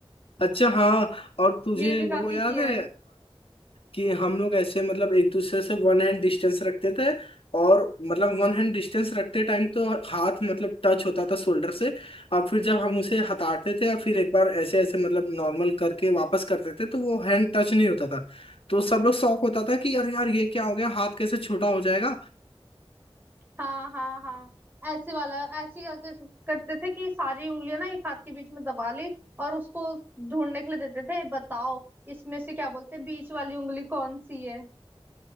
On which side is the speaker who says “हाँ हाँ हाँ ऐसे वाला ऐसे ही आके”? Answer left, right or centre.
Right